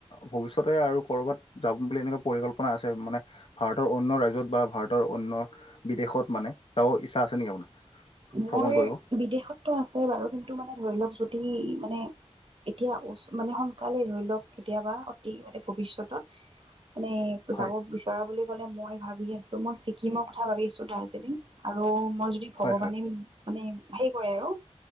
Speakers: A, on the left; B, on the right.
A: ভৱিষ্যতে আৰু কৰ'বাত যাম বুলি এনেকুৱা পৰিকল্পনা আছে মানে ভাৰতত অন্য ৰাজ্যত বা ভাৰতৰ অন্য বিদেশত মানে তাও ইচ্ছা আছে নেকি?
B: মোৰ
A: ভ্ৰমণ কৰিব?
B: বিদেশতো আছে বাৰু কিন্তু মানে ধৰি লওক যদি মানে এতিয়া মানে সোনকালে ধৰি লওক কেতিয়াবা অতি মানে ভৱিষ্যতত। মানে
A: হয়
B: যাব বিচৰা বুলি মই ভাবি আছো মই ছিকিমৰ কথা ভাবি আছো দাৰ্জিলিং আৰু মই যদি ভাবো।
A: হয় হয়
B: মানে হে কৰে আৰু।